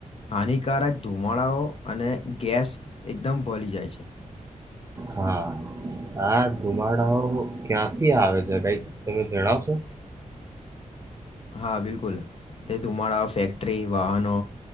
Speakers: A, on the left; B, on the right.
A: હાનિકારક ધુમાડાઓ અને ગેસ એકદમ ભલી જાય છે.
B: હા. હા, ધુમાડાઓ ક્યાંથી આવે છે, કઈ તમે જણાવશો?
A: હા બિલકુલ! બુલ તે ધુમાડા, ફેક્ટરી, વાહનો